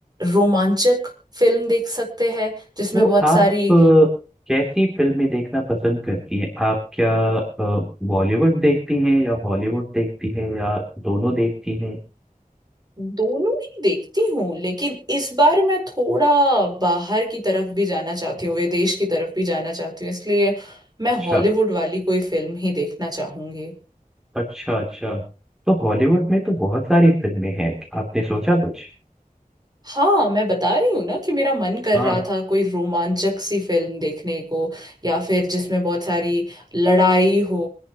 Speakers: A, on the right; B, in the centre.
A: रोमांचक फिल्म देख सकते हैं जिसमें
B: तो
A: बहुत
B: आप
A: सारी
B: अ, कैसी फिल्में देखना पसंद करती हैं आप क्या अ, बॉलीवुड देखती हैं या हॉलीवुड देखती हैं या दोनों देखती हैं
A: दोनों ही देखती हूँ लेकिन इस बार मैं थोड़ा बाहर की तरफ भी जाना चाहती हूँ विदेश की तरफ भी जाना चाहती हूँ इसलिए मैं
B: अच्छा
A: हॉलीवुड वाली कोई फिल्म ही देखना चाहूंगी
B: अच्छा अच्छा तो हॉलीवुड में तो बहुत सारी फिल्में हैं आपने सोचा कुछ
A: हाँ मैं बता रही हूँ ना कि मेरा मन कर
B: हाँ
A: रहा था कोई रोमांचक सी फिल्म देखने को या फिर जिसमें बहुत सारी लड़ाई हो